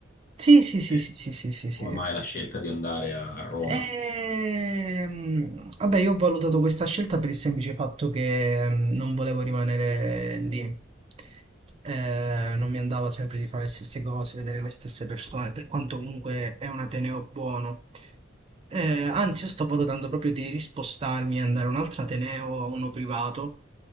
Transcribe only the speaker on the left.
Eh,
come mai la scelta di andare a, a Roma?